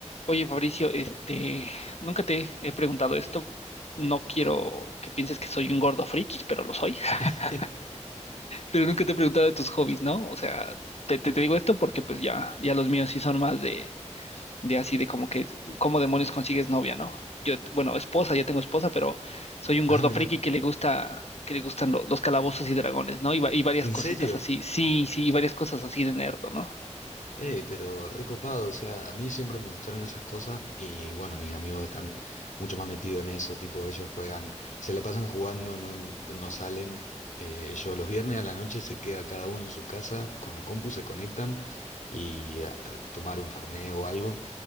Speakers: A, on the left; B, on the left.
A: Oye, Fabricio, este, nunca te he preguntado esto. No quiero que pienses que soy un gordo friki, pero lo soy. <laughs>
B: <laughs>
A: Pero nunca te he preguntado de tus hobbies, ¿no? O sea, te, te- te digo esto porque pues ya, ya los míos sí son más de, de así de como que, ¿cómo demonios consigues novia, no? Yo, bueno, esposa, ya tengo esposa, pero soy un gordo
B: Ah, mirá,
A: friki que le gusta, que le gustan lo- los calabozos y dragones, ¿no? Y, va- y varias
B: ¿en
A: cositas
B: serio?
A: así, sí, sí, y varias cosas así de nerd, ¿no?
B: Ey, pero recopado, o sea, a mí siempre me gustaron esas cosas y bueno, mis amigos están mucho más metidos en eso, tipo, ellos juegan, se la pasan jugando, no, no salen, eh, ellos los viernes a la noche se queda cada uno en su casa con la compu, se conectan y a, a tomar un fernet o algo